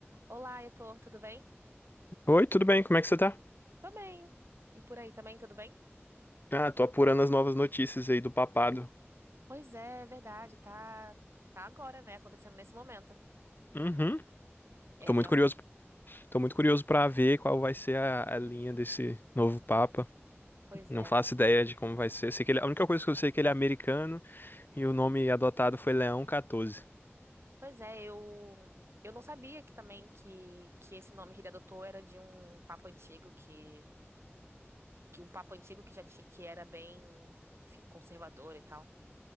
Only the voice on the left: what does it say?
Oi, tudo bem? Como é que você tá?
Ah, tô apurando as novas notícias aí do papado.
Uhum.
Tô
muito curioso. Tô muito curioso pra ver qual vai ser a, a linha desse novo papa.
Não
faço ideia de como vai ser. Sei que ele, a única coisa que eu sei é que ele é americano e o nome adotado foi Leão 14.